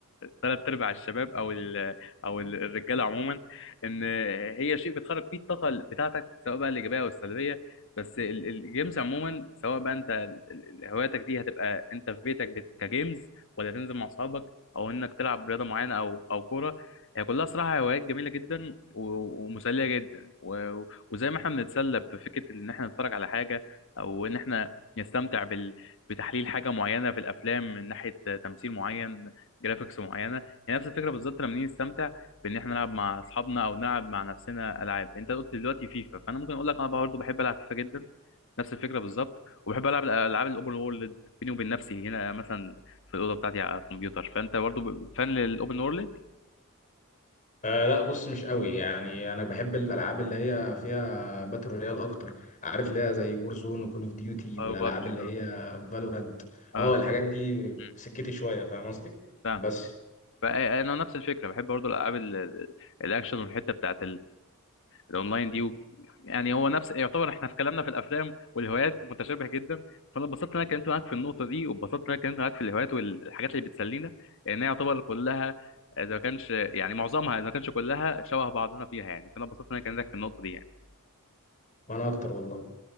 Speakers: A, on the left; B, on the left.
A: ثلاث ارباع الشباب او ال او ال- الرجاله عموما ان هي شيء بتخرج فيه الطاقه بتاعتك سواء بقى الايجابيه او السلبيه بس ال- الجيمز عموما سواء بقى انت ال- ال- هواياتك دي هتبقى انت في بيتك بت- كجيمز ولا تنزل مع اصحابك او انك تلعب رياضه معينه او او كوره هي كلها صراحه هوايات جميله جدا و- ومسليه جدا و- وزي ما احنا بنتسلى بفكره ان احنا نتفرج على حاجه او ان احنا نستمتع بال... بتحليل حاجه معينه في الافلام من ناحيه تمثيل معين جرافيكس معينه هي نفس الفكره بالظبط لما نيجي نستمتع بان احنا نلعب مع اصحابنا او نلعب مع نفسنا العاب انت قلت دلوقتي فيفا فانا ممكن اقول لك انا برضه بحب العب فيفا جدا نفس الفكره بالظبط وبحب العب الالعاب الاوبن وورلد بيني وبين نفسي هنا مثلا في الاوضه بتاعتي على الكمبيوتر فانت برضه ب- فان للاوبن وورلد
B: آه لا بص مش قوي يعني انا بحب الالعاب اللي هي فيها باتل رويال اكتر عارف اللي هي زي وور زون وكول اوف ديوتي
A: اه
B: والالعاب
A: بابجي
B: اللي
A: اه
B: هي فالورانت
A: اه
B: اه الحاجات دي
A: مم.
B: سكتي شويه فاهم قصدي
A: فاهم
B: بس
A: فانا نفس الفكره بحب برضه الالعاب ال- ال- الاكشن والحته بتاعت الاونلاين دي و... يعني هو نفس يعتبر احنا في كلامنا في الافلام والهوايات متشابه جدا فانا اتبسطت ان انا اتكلمت معاك في النقطه دي واتبسطت ان انا اتكلمت معاك في الهوايات والحاجات اللي بتسلينا لان هي يعتبر كلها اذا ما كانش يعني معظمها اذا ما كانش كلها شبه بعضنا فيها يعني فانا اتبسطت ان انا كلمتك في النقطه دي يعني
B: وانا اكتر والله